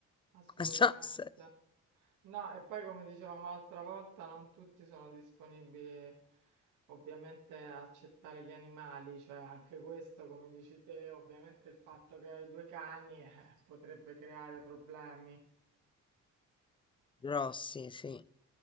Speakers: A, on the right (about 80°); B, on the left (about 15°).
A: assolutamente.
B: <laughs> So se-
A: No, e poi come dicevamo l'altra volta, non tutti sono disponibili ovviamente a accettare gli animali, cioè anche questo, come dici te, ovviamente il fatto che hai due cani, eh, potrebbe creare problemi.
B: Grossi, sì,